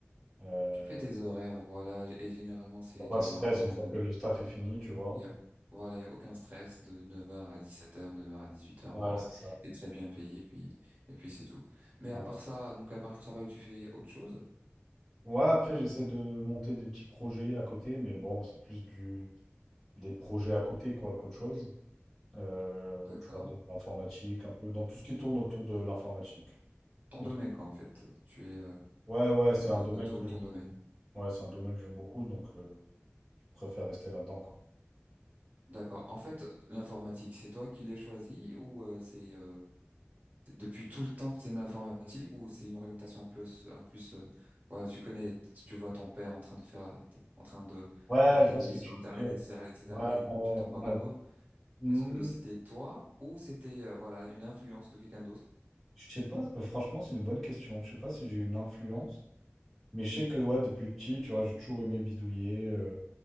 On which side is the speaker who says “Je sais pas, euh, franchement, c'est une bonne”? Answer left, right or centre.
Centre